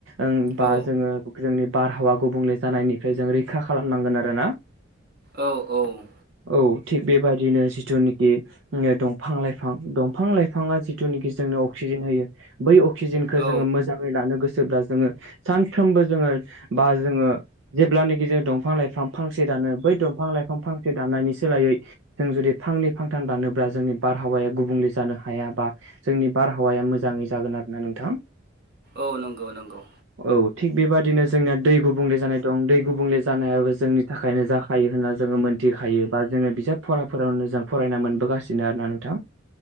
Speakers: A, on the right; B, on the right.
A: ओं
B: औ
A: बा जोङो जोंनि बारहावा गुबुंले जानायनिफ्राय जों रैखा खालामनांगोन आरोना
B: औ औ
A: औ थिग बेबायदिनो जिथुनाखि दंफां लाइफां दंफां लाइफाङा जिथुनाखि जोंनो अक्सिजेन होयो बै अक्सिजेनखौ
B: औ
A: जोङो मोजाङै लानो गोसोब्ला जोङो सानफ्रोमबो जोङो बा जोङो जेब्लानाखि जों दंफां लाइफां फांसे दानो बै दंफां लाइफां फांसे दानायनायनि सोलायै जों जुदि फांनै फांथाम दानोब्ला जोंनि बारहावाया गुबुंले जानो हाया बा जोंनि बारहावाया मोजाङै जागोन आरोना नोंथां
B: औ नंगौ नंगौ
A: औ थिग बेबादिनो जोंनिया दै गुबुंले जानाय दं दै गुबुंले जानायाबो जोंनि थाखायनो जा खायो होनना जोङो मोनथिखायो बा जोङो बिजाब फराफोरावनो जों फरायना मोनबोगासिनो आरोना नोंथां